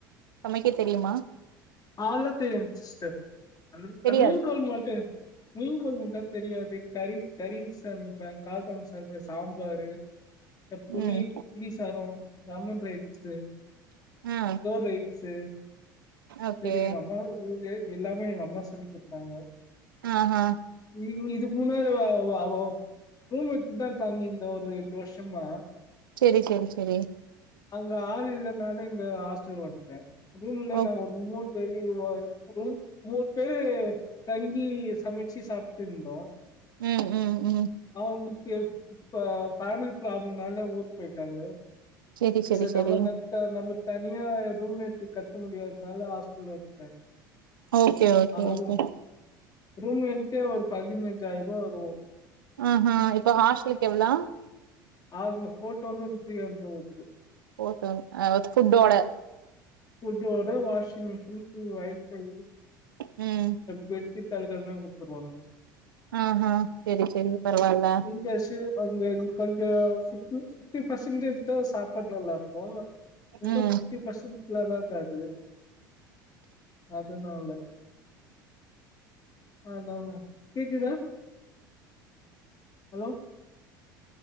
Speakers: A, on the right (about 85°); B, on the left (about 35°).
A: சமைக்க தெரியுமா
B: ஆலா தெரியாது சிஸ்டர் அதுல
A: தெரியாது
B: மீன் குழம்பு மாட்டே மீன் குழம்பு தா தெரியாது கறி கறி சமைப்பே கால் குழம்பு சமைப்பே சாம்பாரு அந்த புளி
A: ம்
B: புளிசாதம் லெமன் ரைஸ்சு
A: ஆ
B: கேட் ரைஸ்சு
A: ஓகே
B: சரி எங்க அம்மா இங்கு இருந்து எல்லாமே எங்க அம்மா சொல்லி் கொடுத்தாங்க
A: ஆ
B: நீங்க இது கூட அவ அவா ரூமு எடுத்துதா தங்கி இருந்தே ஒரு ரெண்டு வருஷசமா
A: சேரி சேரி சேரி
B: அங்க ஆள் இல்லனால இங்க ஹாஸ்டல் வந்துட்டே ரூம்ல
A: ஓ
B: நா ஒருத் ஒரு பெரிய ரூமா வாங்கி டெய்லி மூணு பேரு தங்கி சமைச்சு சாப்பிட்டு இருந்தோ
A: ம் ம் ம்
B: அவுங்களுக்கு இ இப்ப ஃபேமிலி ப்ராப்ளம்னால ஊருக் போயிட்டாங்க
A: செரி செரி
B: சார்
A: செரி
B: நம்ம நா நம்ம தனியா ரூமு எடுத்து கட்ட முடியாததுனால ஹாஸ் கிழ இருக்கே
A: ஓகே ஓகே
B: அங்க
A: ஓகே
B: போ ரூம் ரெண்டு ஒரு பதினெஞ்சாயிரே ரூபா வரும்
A: ஆஹா இப்ப ஹாஸ்டலுக்கு எவ்ளோ
B: அதுல ஃபோர் தௌசண்ட் த்ரீ அண்ட ஒத்து
A: போ அது ஃபுட்டோட
B: ஃபுட்டோட வாஷிங் மிஷின் வைஃபை
A: ம்
B: பெட்டி தலைக்கனை குடுத்துருவாங்க
A: ஆஹா செரி செரி பரவால்ல
B: இங்கசு அங்க கொஞ்ச பிஃப்டி பெர்சன்டேஜ் இ சாப்பாடு நல்லாருக்கும் இன்னும்
A: ம்
B: பிஃப்ட்டிபர்சன்ட் நல்லா இருக்காது அதனால ஆமாமா கேக்கதா ஹலோ